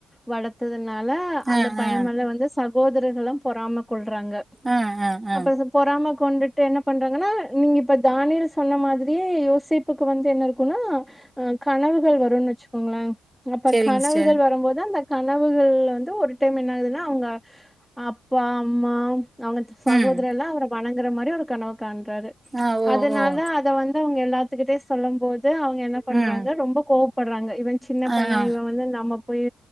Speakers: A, in the centre; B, on the right (about 15°).
A: வளத் த்ததுனால அந்த
B: ஆ
A: பைய
B: ஆ
A: மேல வந்து சகோதரர்கள் எல்லா பொறாம கொள்றாங்க
B: ஆ ஆ ஆ
A: அப்ப ச- பொறாம கொண்டுட்டு என்ன பண்ணுறாங்கன்னா நீங்க இப்ப தானியல் சொன்ன மாரியே யோசேப்புக்கு வந்து என்ன இருக்குன்னா ஆ கனவுகள் வருன்னு வெச்சுக்கோங்களே அப்ப
B: செரிங்க
A: கனவுகள்
B: சிஸ்டர்
A: வரும்போது அந்த கனவுகள் வந்து ஒரு டைம் என்ன ஆகுதுன்னா அவங்க அப்பா அம்மா அவங்க சகோதர்
B: ம்
A: எல்லா அவர வணங்குற மாரி ஒரு கனவு காண்றாரு
B: ஆ ஓ
A: அதனால
B: ஓ
A: அத வந்து அவங்க எல்லாத்துக்கிட்டயு சொல்லும் போது வந்து அவங்க என்ன பண்றாங்க
B: ம்
A: ரொம்ப கோவப்படுறாங்க இவ சின்ன
B: ஆ
A: பைய
B: ஆ
A: இவ வந்து நம்ம போய்